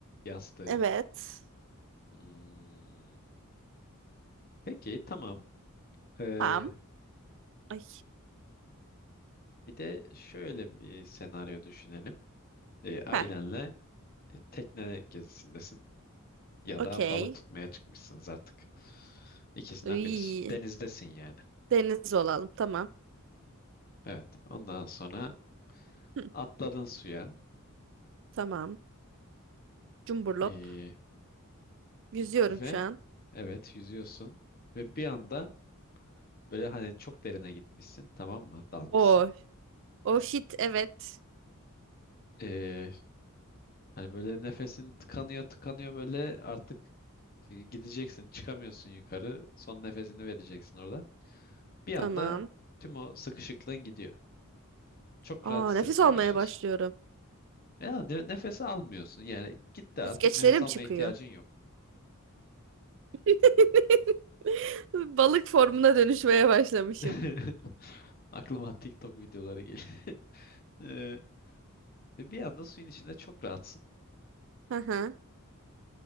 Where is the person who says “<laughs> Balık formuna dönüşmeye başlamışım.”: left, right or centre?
Right